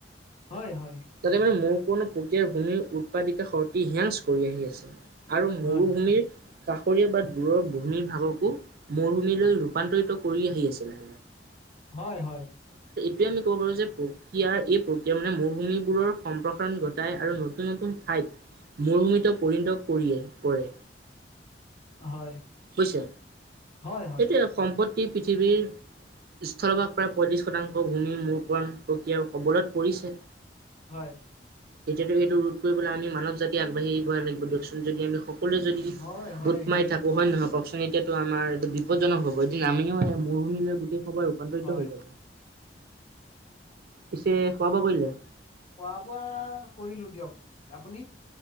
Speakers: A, on the left; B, on the right.
A: হয় হয়
B: তাতে মানে মোৰ কোনো প্ৰক্ৰিয়াৰ ভূমিৰ উৎপাদিত শক্তি হেয়াংছ কৰি আহি আছে আৰু
A: হয়
B: মৰুভূমিৰ কাষৰীয়া বাদ দূৰৰ ভূমিৰ ভাগকো মৰুভূমিলৈ ৰূপান্তৰিত কৰি আহি আছিলে
A: হয় হয়
B: এতিয়া আমি ক'ব পাৰো যে প্ৰক্ৰিয়াৰ এই প্ৰক্ৰিয়া মানে মৰুভূমিবোৰৰ সম্প্ৰসাৰণ ঘটাই আৰু নতুন নতুন ঠাইত মৰুভূমিত পৰিণত কৰিয়ে কৰে
A: হয়
B: হৈছে
A: হয়
B: এতিয়া সম্পত্তি পৃথিৱীৰ স্থলভাগ প্ৰায় পয়ত্ৰিশ শতাংশ ভূমি মৰু কৰণ প্ৰকীয়াও কবলত পৰিছে
A: হয়
B: তেতিয়াটো সেইটো ৰোধ কৰিবলৈ আমি মানৱ জাতি আগবাঢ়িব লাগিব দিয়কচোন যদি আমি সকলোৱে যদি
A: হয় হয় হয়
B: গোট
A: সেই
B: মাৰি থাকো হয় হয় নহয় কওকচোন এতিয়াটো আমাৰ এইটো বিপদজনক হ'ব এদিন আমিও মৰুভূমি লৈ গোটেই সবাৰ ৰূপান্তৰিত
A: হয়
B: হৈ যাব পিছে খোৱা বোৱা কৰিলে
A: খোৱা বোৱা কৰিলো দিয়ক আপুনি